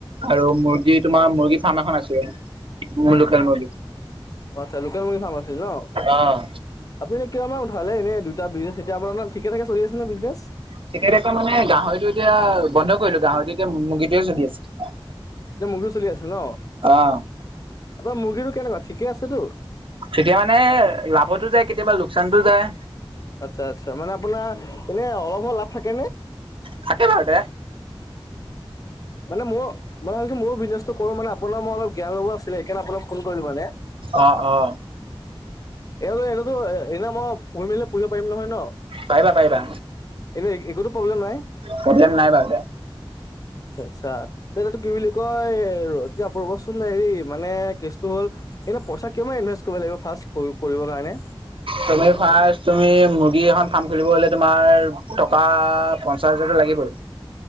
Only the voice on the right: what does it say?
আৰু মুৰ্গী তোমাৰ মুৰ্গী ফাৰ্ম এখন আছে মোৰ লোকেল মুৰ্গী।
অ',
ঠিকে থাকা মানে গাহৰিটো এতিয়া বন্ধ কৰিলোঁ, গাহৰিটো মুৰ্গীটোৱে চলি আছে।
অ'।
তেতিয়া মানে লাভতো যায় কেতিয়াবা লোকচানতো যায়।
থাকে ভালে।
অ' অ'।
পাৰিবা পাৰিবা
প্ৰব্লেম নাই বাৰু দে।
তুমি ফাৰ্ষ্ট তুমি মুৰ্গী এখন ফাৰ্ম খুলিব হ'লে তোমাৰ টক কা পঞ্চাছ হাজাৰটো লাগিবই।